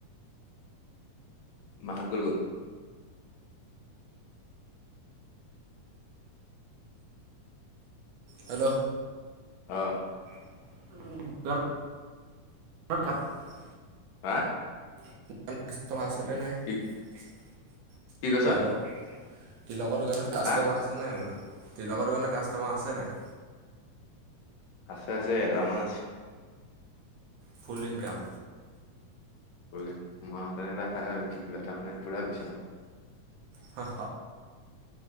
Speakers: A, on the left; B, on the right.
A: মাহত ক'ত গল
B: হেল্ল'।
A: আহ।
B: <unintelligible>
A: হা।
B: <unintelligible>
A: কি কি কৈছ
B: তিলকৰ দোকানত কাষ্টমাৰ
A: হা
B: আছে নাই বোলো তিলকৰ দোকানত কাষ্টমাৰ আছে নাই।
A: আছে আছে এডৰা মান আছে।
B: ফুল ইনকাম।
A: <unintelligible>
B: হ।